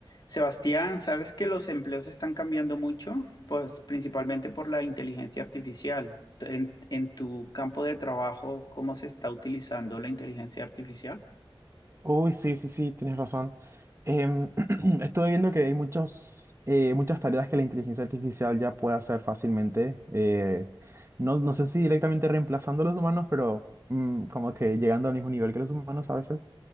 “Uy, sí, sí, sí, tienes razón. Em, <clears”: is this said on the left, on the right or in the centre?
Right